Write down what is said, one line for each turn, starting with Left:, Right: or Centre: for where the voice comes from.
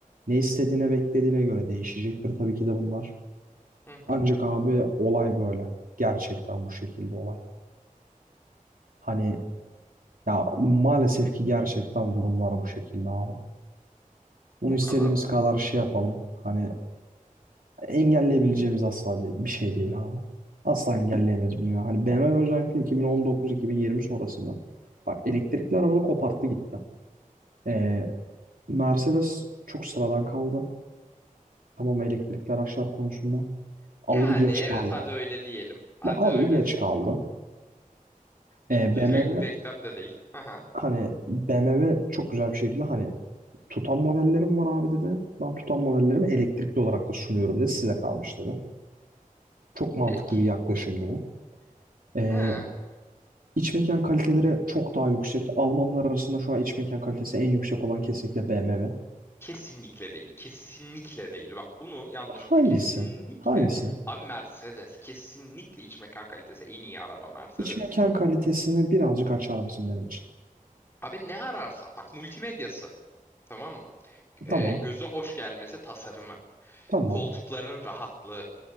Right: Ne istediğine beklediğine göre değişecektir tabii ki de bunlar.
Left: Hı hı.
Right: Ancak abi olay böyle. Gerçekten bu şekilde olay. Hani Ya maalesef ki gerçekten durumlar bu şekilde abi. Bunu
Left: O
Right: istediğimiz
Left: kadar diyor.
Right: kadar şey yapalım. Hani engelleyebileceğimiz asla de- bir şey değil abi. Asla engelleyemeyiz bunu ya. Hani BMW özellikle 2019-2020 sonrasında bak elektrikli arabada koparttı gitti. Ee, Mercedes çok sıradan kaldı. Tamam elektrikli araçlar konusunda. Audi
Left: Yani
Right: geç
Left: evet
Right: kaldı.
Left: hadi öyle diyelim. Hadi
Right: Bak Audi
Left: öyle
Right: geç
Left: diyelim.
Right: kaldı. Ee,
Left: Audi
Right: BMW
Left: direkt denklemde değil. Aha.
Right: hani BMW çok güzel bir şekilde hani Tutan modellerim var abi dedi. Ben tutan modellerimi elektrikli olarak da sunuyorum dedi. Size kalmış dedi. Çok mantıklı
Left: Peki.
Right: bir yaklaşımdı bu. Ee,
Left: Ha.
Right: iç mekan kaliteleri çok daha yüksek. Almanlar arasında şu an iç mekan kalitesi en yüksek olan kesinlikle BMW.
Left: Kesinlikle değil. Kesinlikle değil. Bak bunu yanlış.
Right: Hangisi?
Left: Kesinlikle.
Right: Hangisi?
Left: Abi Mercedes. Kesinlikle iç mekan kalitesi en iyi araba Mercedes.
Right: İç mekan kalitesini birazcık açar mısın benim için?
Left: Abi ne ararsa. Bak multimedyası. Tamam mı? Ee,
Right: Tamam,
Left: göze hoş gelmesi tasarımı.
Right: tamam,
Left: Koltukların rahatlığı.